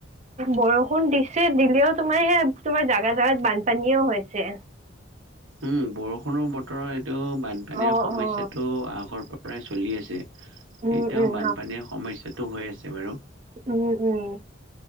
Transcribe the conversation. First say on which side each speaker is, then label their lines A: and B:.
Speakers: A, on the right; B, on the right.
A: বৰষুণ দিছে, দিলেও তোমাৰ সেইয়া তোমাৰ জাগা-জাগাত বানপানীও হৈছে।
B: উম, বৰষুণৰ বতৰত এইটো বানপানীৰ
A: অ
B: সমস্যাটো
A: অ
B: আগৰ পৰাই চলি আছে। এতিয়াও
A: উম উম
B: বানপানীৰ সমস্যাটো হৈ আছে বাৰু।
A: উম-উম